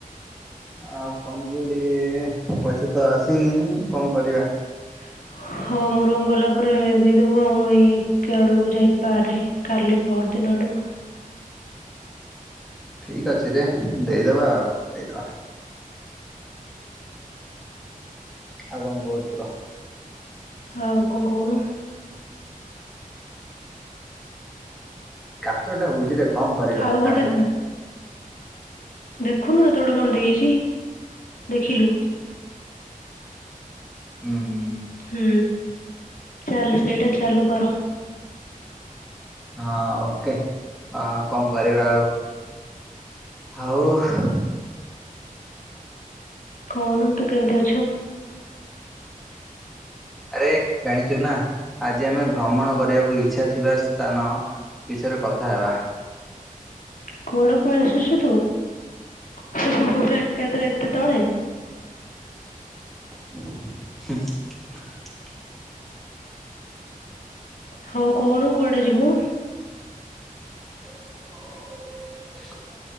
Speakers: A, in the centre; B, on the left.
A: ଆ ପଞ୍ଜୁଡି ପଇସା ତ ଆସିନି କଣ କରିବା।
B: <inaudible> ହଉ ମୂ ରୁମ ଗଲା ପରେ ଦେଇଦବୁ ଆଉ ମୁଁ ଏଇ ଏକେ ଆଡକୁ ଯାଇପାରେ କାଲି ପହର ଦିନ ଡକୁ ।
A: ଠିକ ଅଛିରେ ଦେଇଦବା ଆଉ ଦେଇଦବା। ଆଉ କଣ କହୁଚୁ କ।
B: ଆଉ କଣ କହୁନୁ?
A: କାଚ ଟା ହଉଛି ରେ କଣ କରିବା
B: ଆଉ
A: କାଚ
B: ଗୋଟେ ଦେଖୁନୁ, ତତେ ଗୋଟେ କଣ ଦେଇଚି ଦେଖିଲୁ।
A: ହୁଁ। ହୁଁ
B: ହୁଁ ଚାଲ ସେଇଟା ଚାଲୁ କର।
A: ହଁ ଓକେ ଆଉ କଣ କରିବା ଆଉ। ହଉ।
B: କହୁନୁ ତୁ କେମିତି ଅଛୁ?
A: ଆରେ ଜାଣିଚୁ ନା, ଆଜି ଆମେ ଭ୍ରମଣ କରିବାକୁ ଇଚ୍ଛା ଥିବା ସ୍ଥାନ ବିଷୟରେ କଥା ହେବା।
B: କୁଆଡ କୁଆଡେ ଆସୁଚୁ ତୁ, ପୁରା ଏକାଥରେ ଏତେତଳେ।
A: <inaudible>
B: ହଉ କହୁନୁ କୁଆଡେ ଯିବୁ?
A: <inaudible>